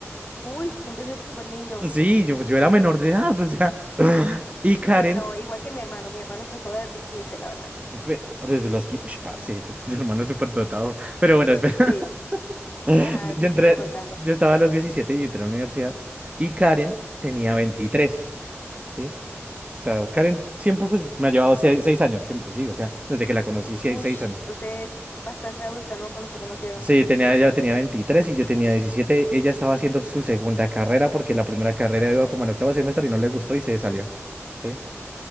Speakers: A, on the left (about 40°); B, on the right (about 25°).
A: Uy, tú empezaste súper niño.
B: Sí, yo, pues, yo era menor de edad, <laughs> o sea. <clears throat> Y Karen
A: Bueno, igual que mi hermano. Mi hermano empezó desde quince la verdad.
B: Fe- desde los que, uy, parce, tu, tu hermano es súper dotado. Pero bueno, espera.
A: Sí,
B: <laughs> Yo,
A: ajá, te
B: yo entré,
A: sígueme contando.
B: yo estaba a los 17 y entré a la universidad y Karen tenía veintitrés ¿sí? O sea, Karen siempre pues me ha llevado seis seis años, siempre, sí, o sea, desde que la conocí, seis
A: Uy,
B: seis años.
A: entonces bastante adulta, ¿no? Cuando se conocieron.
B: Sí, tenía, ella tenía 23 y yo tenía diecisiete Ella estaba haciendo su segunda carrera porque la primera carrera iba como en octavo semestre y no le gustó y se salió, ¿sí?